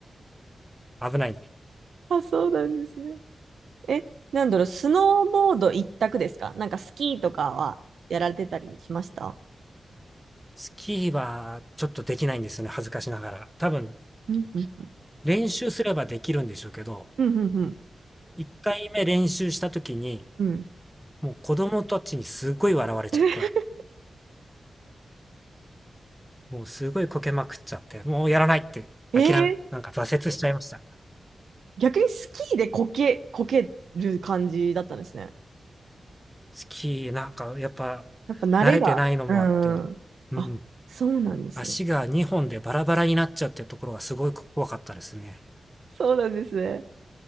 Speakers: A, in the centre; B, on the right (about 80°).
A: 危ない。
B: <laughs> あ、そうなんですね。え、なんだろう、スノーボード一択ですかなんかスキーとかはやられてたりしました
A: スキーはちょっとできないんですよね、恥ずかしながら。多分、
B: うんうん。
A: 練習すればできるんでしょうけど、
B: うんうんうん。
A: 1回目練習した時に、
B: うん。
A: もう子供たちにすごい笑われちゃって、
B: <laughs>
A: もうすごいこけまくっちゃって、もうやらないって諦め、
B: えー
A: なんか挫折しちゃいました。
B: 逆にスキーでこけ、こける感じだったんですね。
A: スキーなんかやっぱ
B: やっぱ慣れが。
A: 慣れてないのもあって、
B: うん。
A: うん、
B: あ、そうなんですね。
A: 足が2本でバラバラになっちゃうってところがすごい怖かったですね。
B: そうなんですね。